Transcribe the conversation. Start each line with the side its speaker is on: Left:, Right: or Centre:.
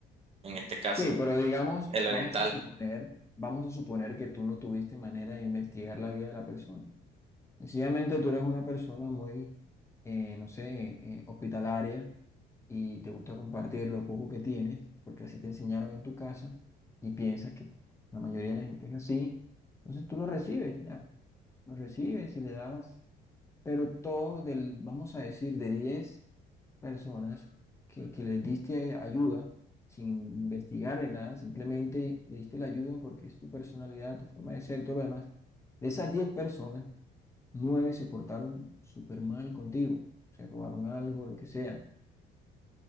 Right: en este caso,
Left: Sí, pero digamos,
Right: el
Left: vamos
Right: oriental.
Left: a suponer, vamos a suponer que tú no tuviste manera de investigar la vida de la persona. Sencillamente tú eres una persona muy, eh, no sé, eh, hospitalaria y te gusta compartir lo poco que tienes, porque así te enseñaron en tu casa y piensas que la mayoría de la gente es así, entonces tú lo recibes ya, lo recibes y le das, pero todo del, vamos a decir, de diez personas que, que les diste ayuda, sin investigar ni nada, simplemente le diste la ayuda porque es tu personalidad, tu forma de ser, todo lo demás. De esas 10 personas, 9 se portaron súper mal contigo, se robaron algo, lo que sea